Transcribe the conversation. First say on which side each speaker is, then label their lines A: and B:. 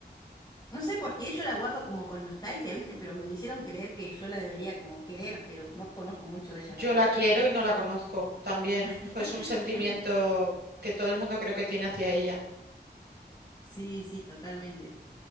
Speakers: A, on the left (about 25°); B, on the right (about 70°).
A: No sé por qué yo la guardo como con nostalgia, ¿viste? Pero me lo hicieron creer que yo la debería como querer, pero no conozco mucho de ella,
B: Yo
A: la verdad.
B: la quiero y no la conozco. También
A: <laughs>
B: fue un sentimiento que todo el mundo creo que tiene hacia ella.
A: Sí, sí, totalmente.